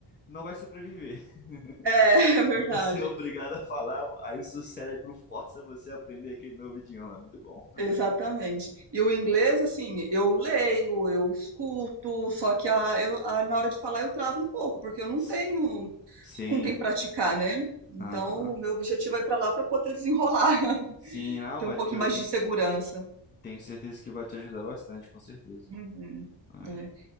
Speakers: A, on the left; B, on the right.
A: não vai sobreviver. <laughs>
B: é, <laughs> é verdade,
A: Aí você é obrigado a falar, aí o seu cérebro força você a aprender aquele novo idioma. É muito bom.
B: exatamente. E o inglês, assim, eu leio, eu escuto, só que a, eu, a- na hora de falar eu travo um pouco, porque eu não
A: S-
B: tenho
A: Sim.
B: com quem praticar, né? Então,
A: Aham.
B: o meu objetivo é para lá para poder desenrolar, <laughs>
A: Sim, não,
B: ter
A: vai-
B: um pouquinho
A: eu
B: mais
A: tenho.
B: de segurança.
A: Tenho certeza que vai te ajudar bastante, com certeza.
B: Uhum,
A: É.
B: é.